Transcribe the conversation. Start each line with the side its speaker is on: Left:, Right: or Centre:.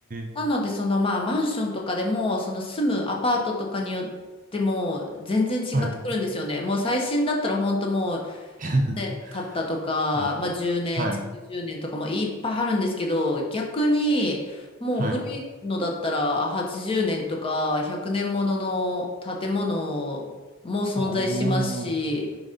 Right: え、
Left: なので、そのまあマンションとかでも、その住むアパートとかによっても全然違ってくるんですよね。
Right: はい。
Left: もう最新だったら本当もう
Right: <laughs>
Left: 年経ったとか、
Right: えー、
Left: まあ、10年、
Right: はい、
Left: 築10年とかもいっぱいあるんですけど、逆にもう古いのだったら80年とか100年ものの建物も存在しますし、
Right: はい。ああ、は